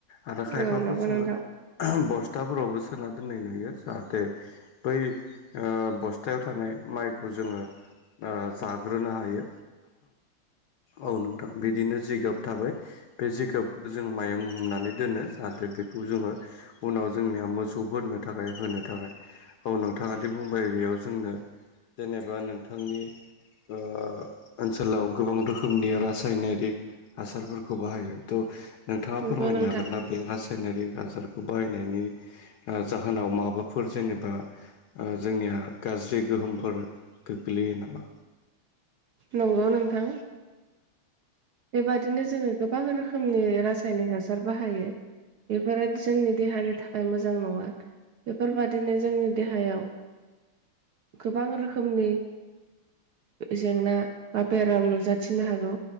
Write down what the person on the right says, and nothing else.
औ नंगौ
नोंथां
नंगौ
नोंथां
नंगौ नोंथां बेबादिनो जोङो गोबां रोखो रोखोमनि रासायनिक हासार बाहायो बेफोरो जोंनि देहानि थाखाय मोजां नङा। बेफोरबादिनो जोंनि देहायाव गोबां रोखोमनि जेंना बा बेराम नुजाथिनो हागौ